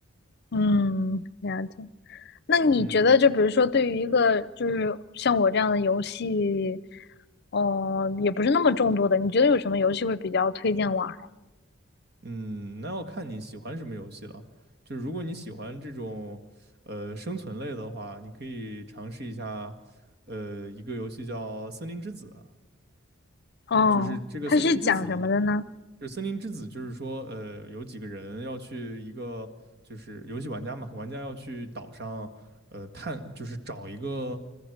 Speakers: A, on the left; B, on the right.
A: 嗯，了解。那你觉得，
B: 嗯，
A: 就比如说，对于一个就是像我这样的游戏，哦、也不是那么重度的，你觉得有什么游戏会比较推荐玩儿呀？
B: 嗯，那要看你喜欢什么游戏了。就是如果你喜欢这种，呃，生存类的话，你可以尝试一下，呃，一个游戏叫《森林之子》啊
A: 哦，
B: 就是这个《森林之子》也，
A: 它是讲什么的呢？
B: 就是森林之子》，就是说，呃，有几个人要去一个，就是游戏玩家嘛，玩家要去岛上，呃，探，就是找一个